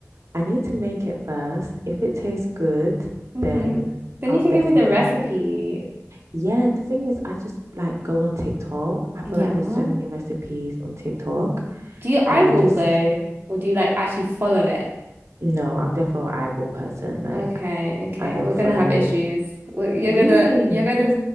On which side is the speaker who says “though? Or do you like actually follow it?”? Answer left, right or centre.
Right